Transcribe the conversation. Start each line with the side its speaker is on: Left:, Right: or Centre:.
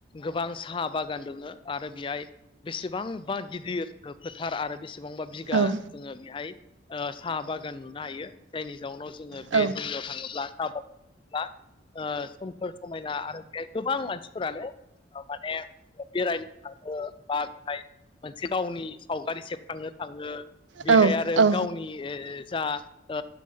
Left: गोबां साहा बागान दोङो आरो बेहाय बेसेबांबा गिदिर फोथार आरो बेसेबांबा बिगा
Right: औ
Left: जोङो बेहाय ओ साहा बागान नो हायो जायनि जाउनाव जोङो बे
Right: औ
Left: दुमनियाव थाङोब्ला आबादब्ला ओ सोमखोर समायना आरो बेहाय गोबां मानसिफोरानो माने बेरायनो थाङो बा बेहाय मोनसे गावनि सावगारि सेबखांनो थाङो। बेहाय
Right: औ
Left: आरो
Right: औ
Left: गावनि ओ जा ओ